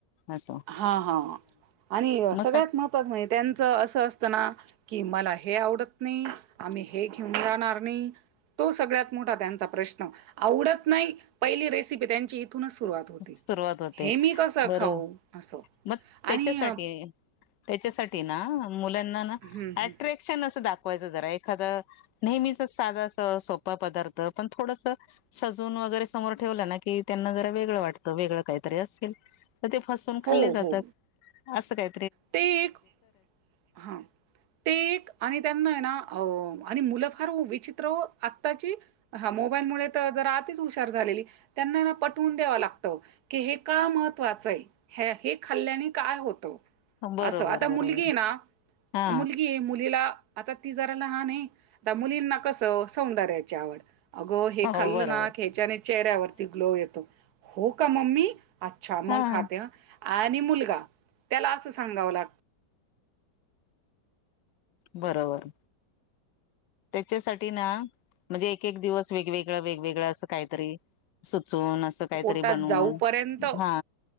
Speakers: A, on the left; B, on the right.
A: असं
B: हा हा आणि
A: मग
B: सगळ्यात महत्त्वाचं म्हणजे त्यांचं असं असतना कि मला हे आवडत नाही आम्ही हे घेऊन जाहणार नाही. तो सगळ्यात मोठा त्यांचा प्रश्न आवडत नाही पहिली रेसिपी त्यांची तूनच सुरुवात होती
A: सुरुवात होते
B: हे मी कसं
A: बरं
B: खाऊ असं
A: मग त्याच्यासाठी
B: आणि अ
A: त्याच्यासाठी ना मुलांना ना
B: हं, हं.
A: अट्रॅक्शन ण दाखवायचा जरा एखादा नेहमीच साद आस सोपा पदार्थ पण थोडंसं साज उन वगैरे समोर ठेवल ना की त्यांना जरा वेगळ वाटत वेगळ काहीतरी असेल तर ते फसून खाल्ले
B: हो,
A: जातात
B: हो.
A: अस काय
B: ते एक हा ते एक आणि त्यांना येना. आणि मुलं फार विचित्र आत्ताची ह मोबाईलमुळे जरा आतिच हुशार झालेली. त्याना पठवून द्याव लागत की हे का महत्त्वाचं आहे. ह हे खाल्ल्याने काय होतं.
A: बरोबर
B: असं आता मुलगी
A: बरोबर
B: आहे ना
A: हा
B: मुलगी मुलीला आता ती जरा लहान ने मुलींना कसं सौंदर्याची आवड. अगो हे खाल्लं
A: हो बरोबर
B: ना ह्याच्याने चेहऱ्यावरती ग्लो येतो. हो का मम्मी अच्छा मग
A: हा
B: खे ह आणि मुलग त्याला असं सांगावं लागत
A: बरोबर त्याच्यासाठी ना म्हणजे एक एक दिवस वेगवेगळ वेगवेगळं असं काहीतरी चून असं काहीतरी
B: पोटात
A: बनवून
B: जाऊपर्यंत
A: हा